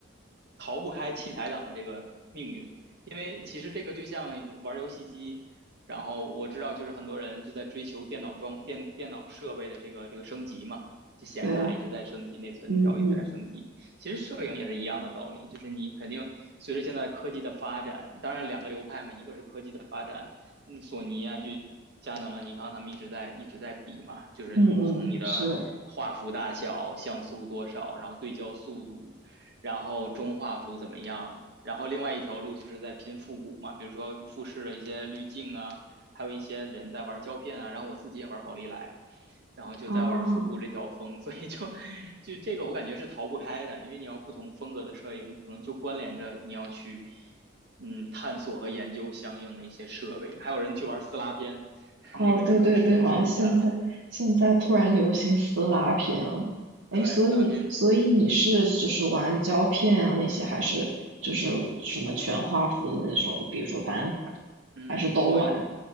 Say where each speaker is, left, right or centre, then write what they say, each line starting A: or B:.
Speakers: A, on the right; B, on the right.
A: 逃不开器材党的这个命运，因为其实这个就像玩游戏机，然后我知道就是很多人就在追求电脑装电电脑设备的这个这个升级嘛，就显卡一直在升级，
B: 对，
A: 内存条一直在升级。
B: 嗯嗯
A: 其实摄影也是一样的道理，就是你肯定随着现在科技的发展，当然两个流派嘛，一个是科技的发展。嗯，索尼啊，就佳能啊、尼康他们一直在一直在比嘛，就是你从你的画幅大小、
B: 嗯嗯，是，
A: 像素多少，然后对焦速度，然后中画幅怎么样，然后另外一条路就是在拼复古嘛，比如说富士的一些滤镜啊，还有一些人在玩胶片啊，然后我自己也玩宝丽来。然后就在玩复古这条风，
B: 啊。
A: 所以就就这个我感觉是逃不开的，因为你要不同风格的摄影，可能就关联着你要去嗯，探索和研究相应的一些设备，还有人去玩撕拉片，<laughs>
B: 哦，
A: 那个就更更烧钱了。
B: 对对对，好像现在现在突然流行撕拉片了。哎，
A: 对，
B: 所以所以你是就是玩胶片啊那些，
A: 撕拉片，嗯
B: 还是就是什么全画幅的那种，比如说单反，
A: 嗯，
B: 还是都玩？
A: 我